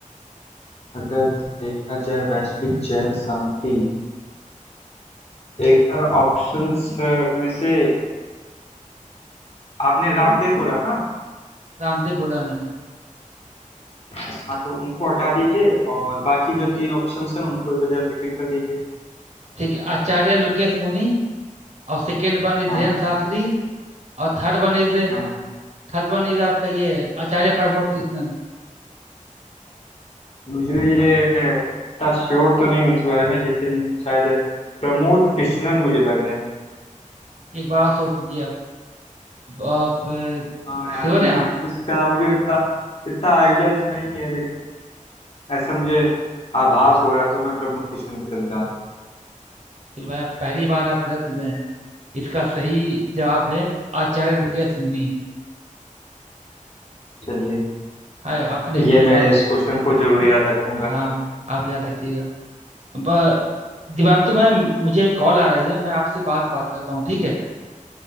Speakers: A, on the left; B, on the right.
A: अगर देखा जाए वैश्विक जल शांति एक बार ऑप्शंस में से आपने रामदेव बोला ना
B: रामदेव बोला मैंने
A: हाँ तो उनको हटा दीजिए और बाकी जो तीन ऑप्शंस हैं उनको एक बार रिपीट कर दीजिए
B: ठीक है आचार्य लोकेश मुनि और second one is
A: हाँ
B: Dhirendra Shastri और third one is
A: हाँ
B: third one is आपका ये आचार्य प्रमोद कृष्णन
A: मुझे ये इतना श्योर तो नहीं हूँ इस बारे में लेकिन शायद प्रमोद कृष्णन मुझे लग रहे हैं
B: एक बार और सोच लीजिए आप आप
A: हाँ यार
B: श्योर हैं आप
A: इसका मुझे इतना इतना आइडिया तो नहीं है लेकिन ऐसा मुझे आभास हो रहा है, तो मैं प्रमोद कृष्णन की तरफ जा रहा
B: फिर भाई आप पहली बार आप गलत हुए हैं इसका सही जवाब है आचार्य लुकेश मुनि
A: हूँ चलिए
B: हाँ आपने इतने
A: ये
B: सवाल
A: मैं
B: का
A: इस
B: जवाब
A: क्वेश्चन को जरूर याद रखूंगा
B: हाँ आप याद रखिएगा ब- दिवांशु भाई मुझे कॉल आ रही है मैं आपसे बाद में बात करता हूँ ठीक है